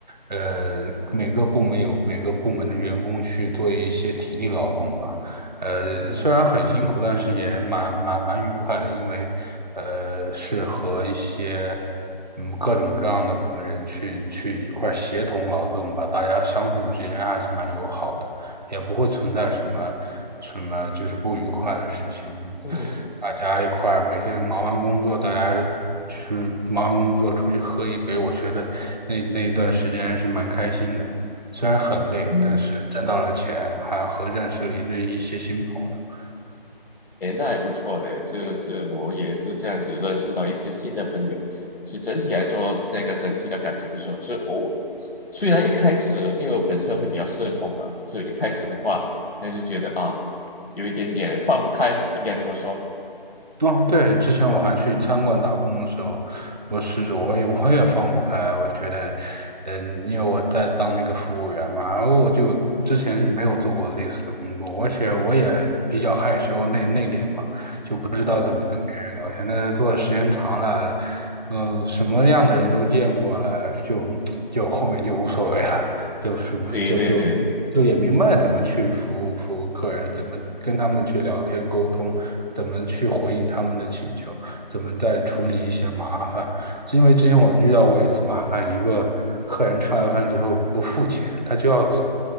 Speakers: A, on the right; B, on the left.
A: 呃，每个部门有每个部门的员工去做一些体力劳动吧。呃，
B: 嗯嗯
A: 虽然很辛苦，但是也蛮蛮蛮愉快的，因为，呃，是和一些嗯各种各样的人去去一块儿协同劳动吧，大家相处之间还是蛮友好的。也不会存在什么什么就是不愉快的事情。
B: 嗯
A: 大家一块儿每天忙完工作，大家去忙完工作出去喝一杯，我觉得那那一段时间还是蛮开心的。虽然很累，
B: 嗯。
A: 但是挣到了钱，还和认识了一对一些新朋友。
B: 诶，那还不错的，就是我也是这样子认识到一些新的朋友，所以整体来说，那个整体的感觉不错。是我虽然一开始因为我本身会比较社恐啊，所以一开始的话，还是觉得啊，有一点点放不开，应该这么说。
A: 哦，对，之前我还去餐馆打工的时候，我试着我也我也放不开，
B: 嗯哼，
A: 我觉得，嗯，因为我在当那个服务员嘛，然后我就之前是没有做过类似的工作，而且我也比较害羞内内敛嘛，不知道怎么跟别人聊天。
B: 嗯哼嗯哼，
A: 但是做的时间长了，呃，什么样的人都见过了，就就后面就无所谓了，就是就就就也明白怎么去服务服务客人，
B: 对对对，
A: 怎么跟他们去聊天沟通，怎么去回应他们的请求，怎么再处理一些麻烦。是因为之前我遇到过一次麻烦，一个客人吃完饭之后不付钱，他就要走。